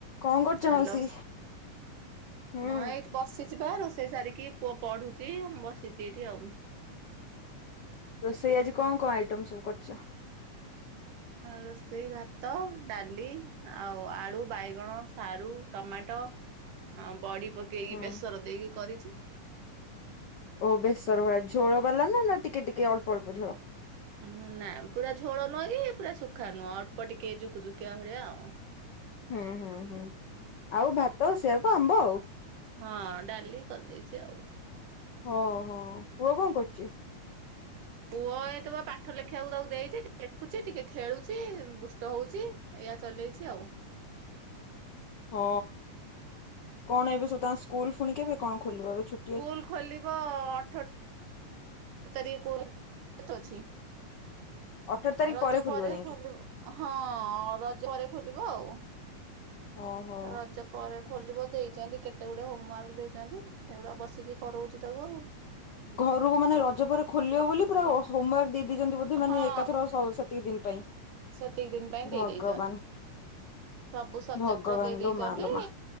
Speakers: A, on the left (about 80°); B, on the right (about 80°).
A: କଣ କରୁଛ
B: ହାଲୋ
A: ମାଉସୀ? ହୁଁ
B: ହଁ ଏଇଠି ବ ବସିଚିବା ରୋଷେଇ ସାରିକି ପୁଅ ପଡ଼ୁଚି ମୁଁ ବସିଚି ଏଇଠି ଆଉ।
A: ରୋଷେଇ ଆଜି କଁ କଁ ଆଇଟମ୍ ସବୁ କରିଚ?
B: ଆଉ ରୋଷେଇ ଭାତ ଡାଲି ଆଉ ଆଳୁ ବାଇଗଣ ସାରୁ ଟମାଟ ଆଉ ବଡ଼ି ପକେଇକି
A: ହୁଁ
B: ବେସର ଦେଇକି କରିଚି
A: ଓ ବେଶର ଭଳିଆ ଝୋଳ ବାଲାନା ନାଟିକେ-ଟିକେ ଅଳ୍ପ-ଅଳ୍ପ ଝୋଳ?
B: ହୁଁ ନାଁ ପୁରା ଝୋଳ ନୁହକି ପୁରା ଶୁଖା ନୁହଁ ଅଳ୍ପ ଟିକେ ଜୁକୁଜୁକିଆ ଭଳିଆ ଆଉ।
A: ହୁଁ-ହୁଁ-ହୁଁ ଆଉ ଭାତ ସେଆକୁ ଆମ୍ବ ଆଉ।
B: ହଁ ଡାଲି କରିଦେଇଚି ଆଉ।
A: ହଁ ହୋ ପୁଅ କଁ କରୁଚି?
B: ପୁଅ ଏତବେ ପାଠ ଲେଖିବାକୁ ତାକୁ ଦେଇଚି ଲେଖୁଚି ଟିକେ ଖେଳୁଚି ଦୁଷ୍ଟ ହଉଚି ଏଇଆ ଚଲେଇଚି ଆଉ।
A: ହଁ କଣ ଏବେ ସବୁ ତାଙ୍କ ସ୍କୁଲ୍ ଫୁଣିି କେବେ କଣ ଖୋଲିବ ଏବେ ଛୁ
B: ସ୍କୁଲ୍ ଖୋଲିବ ଅଠ ତାରିଖ ସ୍କୁଲ୍ ବନ୍ଦ ଅଛି
A: ଅଠର ତାରିଖ
B: ରଜ ପରେ
A: ଯାଇକି
B: ଖୋଲିବ। ହଁ ରଜ ପରେ ଖୋଲିବ ଆଉ।
A: ଓହୋ।
B: ରଜପ୍ ପରେ ଖୋଲିବ ଦେଇଚନ୍ତି କେତେ ଗୁଡ଼େ ହୋମ୍ ୱାର୍କ ଦେଇଚନ୍ତି ସେଗୁଡ଼ା ବସିକି କରଉଚି ତାକୁ ଆଉ।
A: ଘରକୁ ମାନେ ରଜ ପରେ ଖୋଲିବ ବୋଲି ପୁରା ହୋ ହୋମୱର୍କ ଦେଇ ଇଚନ୍ତି ବୋଧେ ମାନେ
B: ହଁ
A: ଏକାଥର ସ ସେତିକି ଦିନ୍ ପାଇଁ।
B: ସେତିକି ଦିନି ପାଇଁ
A: ଭଗବାନ
B: ଦେଇ ଦେଇଦେଇଚନ୍ତି। ସବୁ ସବଜେକ୍ଟର
A: ଭଗବାନ
B: ଦେଇ ଦେଇଚନ୍ତି
A: ଲୋ ମା ଲୋ ମା